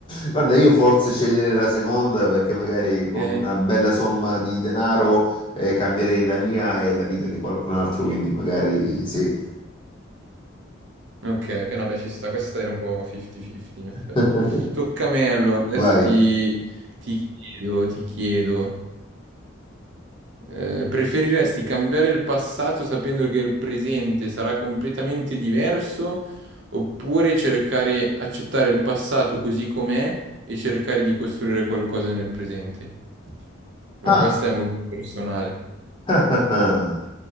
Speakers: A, on the left (about 25°); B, on the right (about 60°).
A: Guarda, io forse sceglierei la seconda perché magari con
B: Ok,
A: una bella somma di denaro eh, cambierei la mia e la vita di qualcun altro, quindi magari sì.
B: ok, ok, no, beh, ci sta. Questa era un po' 50-50 in effetti.
A: <laughs>
B: Tocca a me allora. Adesso
A: Vai.
B: ti, ti chiedo, ti chiedo. eh, preferiresti cambiare il passato sapendo che il presente sarà completamente diverso oppure cercare, accettare il passato così com'è e cercare di costruire qualcosa nel presente? Beh,
A: Ah,
B: questa è molto personale.
A: ah, ah, ah.